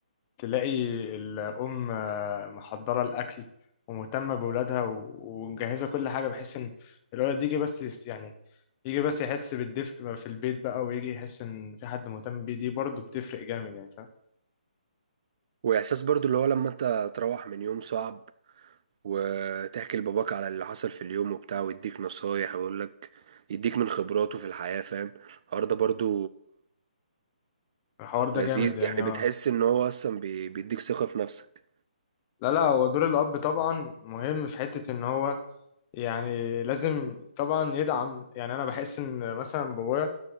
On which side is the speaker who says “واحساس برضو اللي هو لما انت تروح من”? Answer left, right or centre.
Right